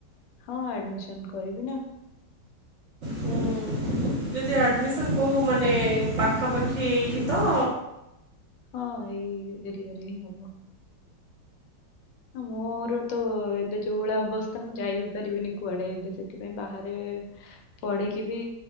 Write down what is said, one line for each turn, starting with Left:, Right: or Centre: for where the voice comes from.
Left: ହଁ ଆଡିମିସନ୍ କରିବି ନା।
Right: ହୁଁ ଯଦି ଆଡମିସନ କହୁ ମାନେ ପାଖାପାଖି ଏଇଠି ତ।
Left: ହଁ ଏଇ ଏରିଆ ରେ ହିଁ ହବ। ମୋର ତ ଏବେ ଯୋଉ ଭଳିଆ ଅବସ୍ଥା ମୁଁ ଯାଇ ବିି ପାରିବିନି କୁଆଡେ ଏବେ ସେଥିପାଇଁ ବାହାରେ <inaudible> ପଢିକି ବି